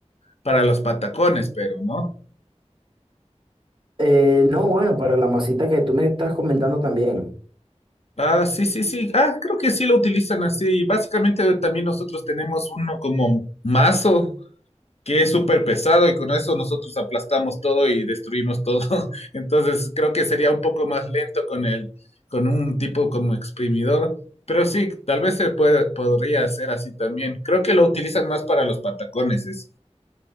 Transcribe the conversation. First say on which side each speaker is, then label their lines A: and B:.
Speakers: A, on the left; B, on the right.
A: para los patacones, pero, ¿no?
B: Eh, no, bueno, para la masita que tú me estás comentando también.
A: Ah, sí, sí, sí. Ah, creo que sí lo utilizan así. Básicamente también nosotros tenemos uno como mazo que es súper pesado y con eso nosotros aplastamos todo y destruimos todo. <laughs> Entonces creo que sería un poco más lento con el, con un tipo como exprimidor. Pero sí, tal vez se puede, podría hacer así también. Creo que lo utilizan más para los patacones. es-